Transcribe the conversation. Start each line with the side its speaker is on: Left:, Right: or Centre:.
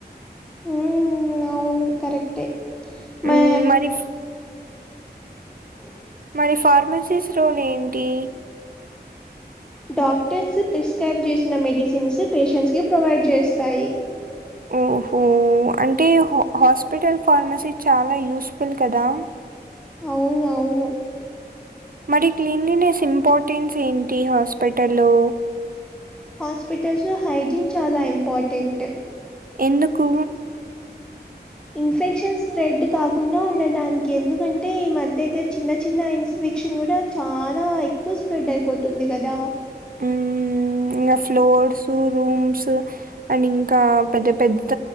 Centre: మ్మ్, అవును కరెక్టే మా
Right: ఊ మరి ఇఫ్
Centre: ఉ
Right: మరి ఫార్మసీస్ రోలు ఏంటి
Centre: డాక్టర్స్ పిస్క్రైబ్ జేశిన మెడిసిన్స్ పేషెంట్స్ కి ప్రొవైడ్ జేస్తాయి
Right: ఓహో అంటే హ హాస్పిటల్ ఫార్మసీ చాలా యూస్ఫుల్ కదా
Centre: అవునవును
Right: మరి క్లీన్లీనెస్ ఇంపార్టెన్స్ ఏంటి హాస్పిటల్లో
Centre: హాస్పిటల్స్ లో హైజీన్ చాలా ఇంపార్టెంట్
Right: ఎందుకు
Centre: ఇన్ఫెక్షన్ స్ప్రెడ్ కాకుండా ఉండటానికి ఎందుకంటే ఈ మదతెత్ చిన్న చిన్న ఇన్ఫెక్షన్ గూడా చాలా ఎక్కువ స్ప్రెడ్ అయిపోతుంది గదా
Right: ఊమ్ ఇంగా ఫ్లోర్స్ రూమ్స్ అండ్ ఇంకా పెద్ద పెద్ద